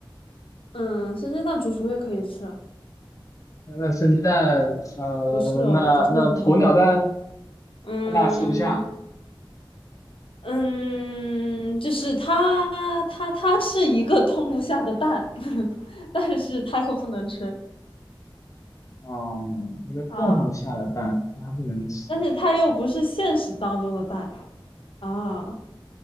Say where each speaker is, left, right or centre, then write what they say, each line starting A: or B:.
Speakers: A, on the left; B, on the left.
A: 嗯，生煎蛋、煮熟也可以吃啊？
B: 那生鸡蛋，呃，
A: 不是哦，
B: 那那鸵鸟蛋，
A: 不是很好。嗯，
B: 它爸吃不下。
A: 嗯，就是它，它，它是一个动物下的蛋，<laughs> 但是它又不能吃
B: 嗯，一个动物下的蛋，
A: 啊，
B: 那它不能吃
A: 但是它又不是现实当中的蛋啊，